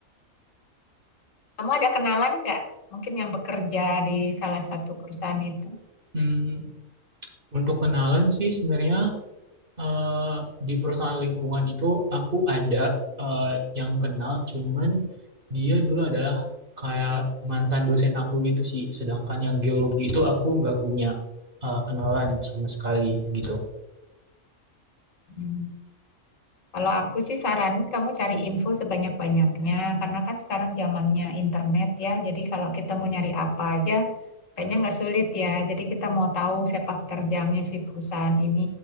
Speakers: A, on the left; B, on the right.
A: Kamu ada kenalan nggak? Mungkin yang bekerja di salah satu perusahaan itu.
B: Hmm, Untuk kenalan sih sebenarnya eh, di perusahaan lingkungan itu aku ada eh, yang kenal, cuman dia dulu adalah kayak mantan dosen aku gitu sih. Sedangkan yang geologi itu aku nggak punya eh, kenalan sama sekali gitu.
A: hmm. Kalau aku sih saranin kamu cari info sebanyak-banyaknya, karena kan sekarang zamannya internet ya. Jadi kalau kita mau nyari apa aja, kayaknya nggak sulit ya. Jadi kita mau tahu sepak terjangnya si perusahaan ini